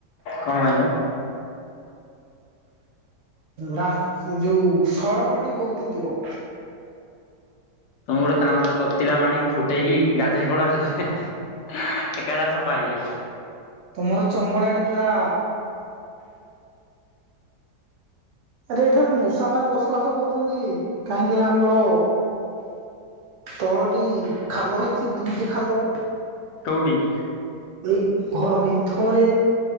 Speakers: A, on the left; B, on the right.
A: କଣ ଆଣିମୁ?
B: ରା ଯୋଉ ସଡ଼କଟି ବହୁତ ଦୂର।
A: ତମେ ଗୋଟେ କାମ କର ତତିଲା ପାଣି ଫୁଟେଇକି ଗାଧେଇ ପଡ। ଏକା ଥରେ ସଫା ହେଇଯିବ।
B: ତମର ଚମଡ଼ାଟି ପୁରା ଆରେ ଏଠାରେ ମୂଷା ମାନେ ବସବାସ କରୁଛନ୍ତି, କାହିଁକି ନା ଆମର ତଳଟି ଖାଲ ହେଇଛି ଦୁଇଟି ଖାଲ।
A: କୋଉଠି?
B: ଏଇ ଘର ଭିତରେ।